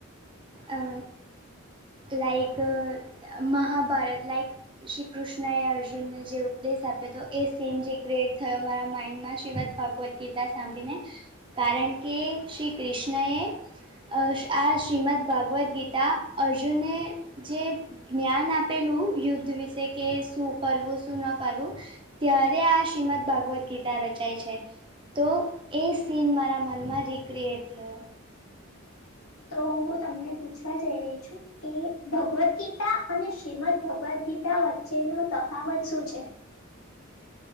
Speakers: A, on the right (about 25°); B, on the left (about 80°).
A: અ like uh Mahabharat like. Shri Krishna એ અર્જુનને જે ઉપદેશ આપ્યો હતો એ સીન રીક્રિએટ થયો મારા માઇન્ડમાં શ્રીમદ ભાગવત ગીતા સાંભળીને કારણ કે શ્રી કૃષ્ણ એ અ આ શ્રીમદ ભગવદ્ ગીતા અર્જુને જે જ્ઞાન આપ પેલું યુદ્ધ વિશે કે શૂ કરવું શું ન કરવું ત્યારે આ શ્રીમદ ભાગવદ્ ગીતા રચાય છે. તો એ સીન મારા મનમાં રિક્રિએટ થયો.
B: તો હું તમને પૂછવા જઈ રહી છું. કે ભગવદ ગીતા અને શ્રીમદ ભગવદ ગીતા વચ્ચે નો તફાવત શું છે?